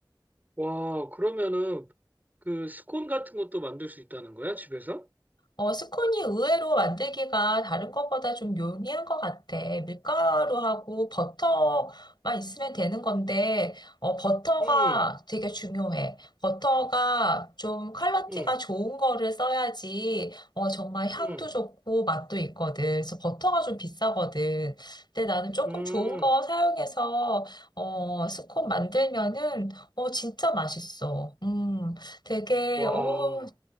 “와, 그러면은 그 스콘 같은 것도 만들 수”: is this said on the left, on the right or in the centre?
Right